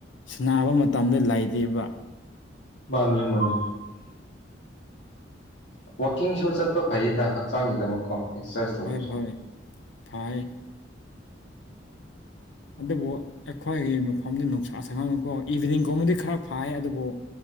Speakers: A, on the left; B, on the left.
A: ꯁꯤꯅꯥꯕ ꯃꯇꯝꯗ ꯂꯩꯥꯏꯕ
B: ꯃꯥꯅꯤ ꯃꯥꯅꯤ ꯋꯥꯀꯤ ꯁꯣ ꯆ ꯐ ꯐꯩꯗ ꯍꯛꯆꯥꯡꯒꯤꯗꯃꯛꯀꯣ ꯑꯦꯛꯁꯔꯁꯥꯏꯁ ꯇꯧꯕꯁꯨ
A: ꯍꯣꯏ ꯍꯣꯏ ꯐꯥꯏ ꯑꯗꯨꯕꯨ ꯑꯩꯈꯣꯏꯒꯤ ꯃꯐꯝꯗ ꯅꯨꯡꯁꯥ ꯁꯉꯥꯡꯅꯀꯣ ꯏꯚꯤꯅꯤꯡꯒꯨꯝꯕꯗꯤ ꯈꯔ ꯐꯥꯏ ꯑꯗꯨꯕꯨ